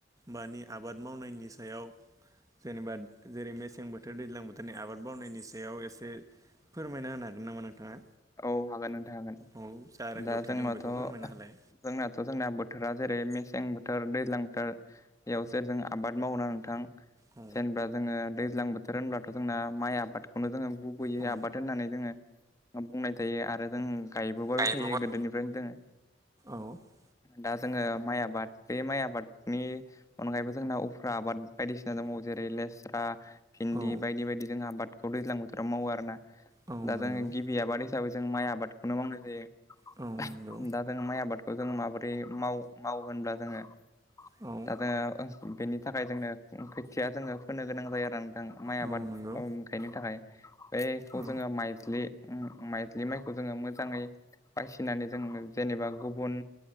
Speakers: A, on the right; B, on the left.
A: मानि आबाद मावनायनि सायाव जेनेबा जेरै मेसें बोथोर दैज्लां बोथोरनि आबाद मावनायनि सायाव एसे फोरमायना होनो हागोन नामा नोंथाङा
B: औ हागोन नोंथां हागोन
A: औ जा रोंगौथि
B: दा जोंनाथ'
A: दं बेखौ फोरमायना होलाय
B: जोंनाथ' जोंना बोथोरा जेरै सें बोथोर दैज्लां बोथोर बेयावसो जों आबाद मावओना नोंथां
A: औ
B: जेनेबा जोङो दैज्लां बोथोर होनब्लाथ' जोंना माइ आबादखौनो जोङो गुबै‌यै
A: औ
B: आबाद होननानै जोङो बुंनाय जायो आरो जों गायबोबायबो
A: गायबोबाय
B: थायो गोदोनिफ्रायनो दोङो
A: औ
B: दा जोङो माइ आबाद बे माइ आबादनि अनगायैबो जोंना उफ्रा आबाद बायदिसिना दङ जेरै लेस रा भिन्दि
A: औ
B: बायदि बायदि जों आबादखौ दैज्लां बोथोराव मावो आरोना
A: औ
B: दा
A: नंगौ
B: जोङो गि। हिसाबै जों माइ आबादखौनो मावनाय जायो
A: औ नंगौ
B: दा जों माइ आबाद खौ जों माबोरै माव मावो होनब्ला जोङो
A: औ
B: दा जोङो बेनि थाखाय जोंनो खोथिया जोङो फोनो गोनां जायो आरो नोंथां माइ
A: औ
B: आबाद
A: नंगौ
B: गायनो थाखाय बेखौ
A: औ
B: जोङो माइज्लि माइज्लि माइखौ जोङो मोजाङै बासिनानै जोङो जेनेबा गुबुन